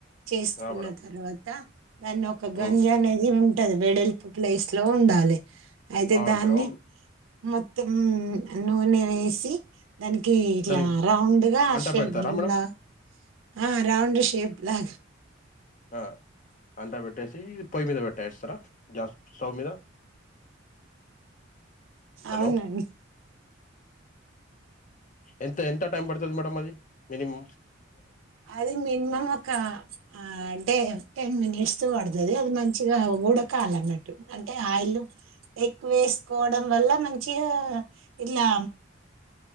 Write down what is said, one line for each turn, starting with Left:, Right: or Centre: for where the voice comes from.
Right: చేసుకున్న
Left: ఆ మేడం
Right: తర్వాత దాన్ని ఒక గంజు
Left: ఉమ్
Right: అనేది ఉంటది వెడెల్పుగ ప్లేస్ లో ఉండాలి అయితే
Left: అవును
Right: దాన్ని
Left: మేడం అవును
Right: ఉ నూనె వేసి దానికి ఇట్లా
Left: దానికి
Right: రౌండ్ గా
Left: అంట
Right: షేప్
Left: పెడతారా మేడం
Right: లాగా ఆ రౌండ్ షేప్ లాగా
Left: ఆ అంట పెట్టేసి పొయ్యి మీద పెట్టేస్తార గ్యాస్ స్టవ్ మీద హలో
Right: అవునండి
Left: ఎంత ఎంత టైం పడుతుంది మేడంమ్ అది మినిమమ్
Right: అది మినిమం ఒక ఆ డే టెన్ మినిట్స్ తో పడుతుది అది మంచిగా ఉడకాల అన్నట్టు అంటే ఆయిల్ ఎక్కువే తీసుకోవడం వల్ల మంచి ఇలా